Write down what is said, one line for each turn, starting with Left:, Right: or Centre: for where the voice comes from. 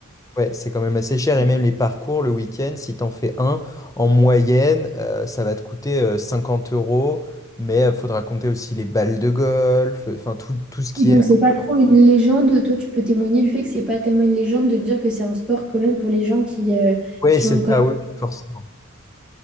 Left: ouais, c'est quand même assez cher. Et même les parcours le week-end, si t'en fais un, en moyenne, euh, ça va te coûter euh, 50 euros. Mais il faudra compter aussi les balles de golf, enfin tout, tout ce qui
Centre: Donc,
Left: est.
Centre: c'est pas trop une légende. Toi, tu peux témoigner du fait que c'est pas tellement une légende de dire que c'est un sport quand même pour les gens qui, euh,
Left: Ouais,
Centre: qui
Left: c'est
Centre: ont quand
Left: ça,
Centre: même
Left: oui, oui, forcément.